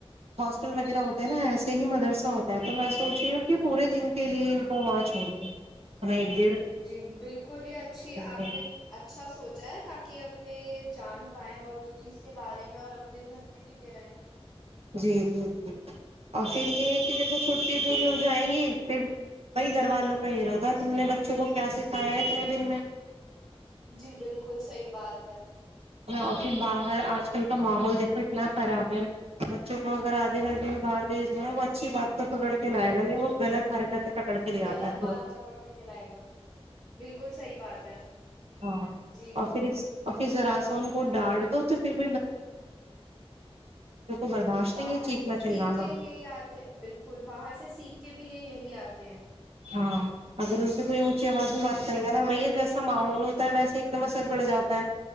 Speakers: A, on the right; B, in the centre.
A: ہاسٹل وغیرہ ہو نا ایسے ہی مدرسہ ہوتا ہے تو میں سوچی ہوں کہ پورے دن کے لیے ان کو وہاں چھوڑ کےا
B: جی بالکل ہی اچھی آپ
A: گے
B: نے اچھا سوچا ہے تاکہ کہ اپنے یہ جان پائیں اور اس چیز کے بارے میں اور اپنے دھر پہ ٹکے رہیں
A: جی جی جی اور پھر یہ ہے کہ دیکھو چھٹی پوری ہو جائیں گی پھر وہی گھر والوں کا یہ رہاتا تم نے بچوں کو کیا سکھایا ہے اتنے دن میں
B: جی بالکل صحیح بات ت
A: اور پھر باہر آج کل کا ماحول دیکھو اتنا خراب ہے بچوں کو اگر آدھے گھنٹے میں باہر بھیج دو نا وہ اچھی بات تو پکڑ کے لائے گا نہیں وہ غط حرکتیں پکڑ کے لے آتا
B: غلط
A: ہے ترنت
B: بات اور پکڑ کے لائے گا بالکل صحیح بات ہے
A: ہاں
B: جی
A: اور پھر اور پھرراسون کوڈ ڈان دو تو صرف برداشت
B: باہر
A: نہیں ہے چیخنا
B: سیکٹ
A: چلانا
B: کے یہی آتے بالکل باہر سے سیکھ کے بھی یہ یہی آتے ہیں
A: ہاں اگر میں کوئی اونچی آواز میں بات کر گا جیسا ماحول ہوتا ہے ویسے ایک دم اثر پڑ جاتا ہے